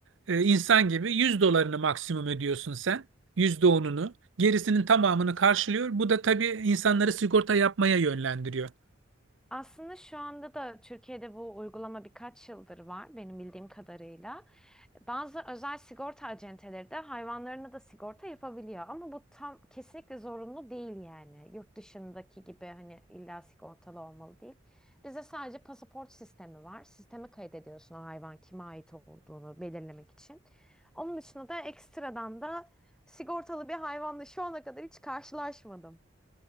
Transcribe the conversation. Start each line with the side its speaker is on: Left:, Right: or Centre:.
Right: e, insan gibi 100 dolarını maksimum ödüyorsun sen. yüzde onunu. Gerisinin tamamını karşılıyor. Bu da tabii insanları sigorta yapmaya yönlendiriyor.
Centre: aslında şu anda da Türkiye'de bu uygulama birkaç yıldır var benim bildiğim kadarıyla. Bazı özel sigorta acenteleri de hayvanlarına da sigorta yapabiliyor ama bu tam kesinlikle zorunlu değil yani. Yurt dışındaki gibi hani illa sigortalı olmalı değil. Bizde sadece pasaport sistemi var. Sisteme kaydediyorsun o hayvan kime ait olduğunu belirlemek için. Onun dışında da ekstradan da sigortalı bir hayvanla şu ana kadar hiç karşılaşmadım.